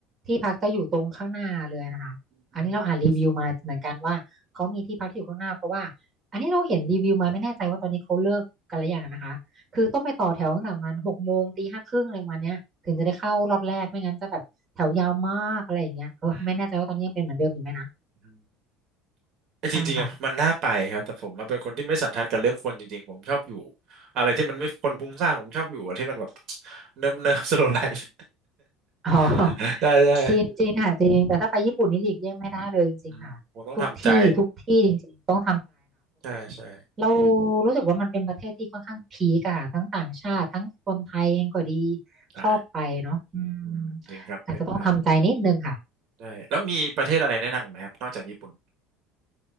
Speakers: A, on the right; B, on the right.
A: ที่พักจะอยู่ตรงข้างหน้าเลยนะคะ
B: อืม
A: อันนี้เราอ่านรีวิวมาเหมือนกันว่าเขามีที่พักที่อยู่ข้างหน้าเพราะว่าอันนี้เราเห็นรีวิวมาไม่แน่ใจว่าตอนนี้เขาเลิกกันหรือยังนะคะคือต้องไปต่อแถวตั้งแต่ประมันหกโมงตีห้าครึ่งอะไรประมาณเนี้ยถึงจะได้เข้ารอบแรกไม่งั้นจะแบบแถวยาวมากอะไรอย่างเงี้ยเออไม่แน่ใจว่าตอนนี้ยังเป็นเหมือนเดิมอยู่ไหมนะ
B: อืมไอ
A: ใช่ค่ะ
B: จริงๆอะมันน่าไปครับแต่ผมอะเป็นคนที่ไม่สันทัดกับเรื่องคนจริงๆผมชอบอยู่อะไรที่มันไม่คนพลุ้งสร้างผมชอบอยู่อะที่มันแบบ <tsk> เนิบเนิบสโลว์ <laughs> ไลฟ์
A: อ๋อ <laughs>
B: <laughs> ได้ได้
A: จริงจริงค่ะจริงแต่ถ้าไปญี่ปุ่นนี่หลีกเลี่ยงไม่ได้เลยจริงๆค่ะทุกที่ทุกที่จริง
B: อืมผมต้องทำใจใช่ใช่
A: เรารู้สึกว่ามันเป็นประเทศที่ค่อนข้างพีกอะค่ะทั้งต่างชาติทั้งคนไทยเองก็ดี
B: ใช่
A: ชอบไปเนาะอืม
B: อืมจริงครับเล่นไม่ได้
A: อาจจะต้องทำใจนิดนึงค่ะ
B: ใช่แล้วมีประเทศอะไรแนะนำอีกไหมครับนอกจากญี่ปุ่น